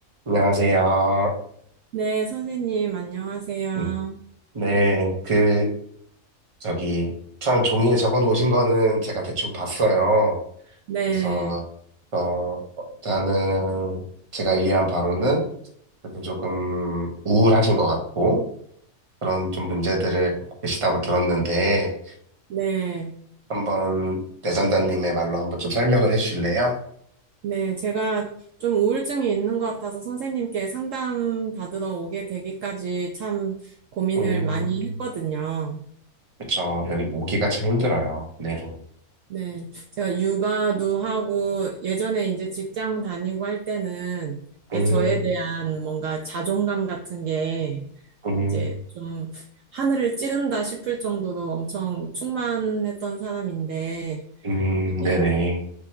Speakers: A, on the right; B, on the right.
A: 안녕하세요.
B: 네, 선생님, 안녕하세요.
A: 음, 네, 그, 저기, 처음 종이에 적어 놓으신 거는 제가 대충 봤어요.
B: 네,
A: 그래서, 어, 일단은 제가 이해한 바로는 그래도 조금 우울하신 것 같고, 그런 좀 문제들을 갖고 계시다고 들었는데,
B: 네,
A: 한번 내전자님의 말로 한번 좀 설명을 해 주실래요?
B: 네. 제가 좀 우울증이 있는 것 같아서 선생님께 상담 받으러 오게 되기까지 참 고민을
A: 음,
B: 많이 했거든요.
A: 그쵸. 여기 오기가 참 힘들어요. 내로.
B: 네, 제가 육아도 하고 예전에 이제 직장 다니고 할 때는 이제
A: 음,
B: 저에 대한 뭔가 자존감 같은 게
A: 음,
B: 이제 좀 하늘을 찌른다 싶을 정도로 엄청 충만했던 사람인데
A: 음,
B: 이제
A: 네네.